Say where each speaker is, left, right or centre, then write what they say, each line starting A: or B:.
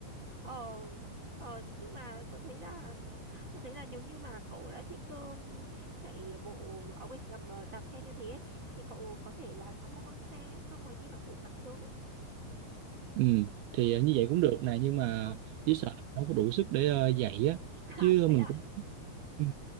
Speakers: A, on the right; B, on the right.
A: ờ, ờ, nhưng mà tôi thấy là tôi thấy là nếu như mà cậu đã thích ờ, chạy bộ áo quên nhầm ờ, đạp xe như thế ấy, thì cậu có thể là sắm một con xe xong rồi đi vào buổi sáng sớm ấy.
B: Ừ, thì
A: Ừ,
B: ờ, như vậy cũng được nè nhưng mà
A: ồ, <laughs>
B: chỉ sợ là không có đủ sức để ờ, dậy á
A: à
B: chứ
A: thế
B: mình
A: à?
B: cũng ừ.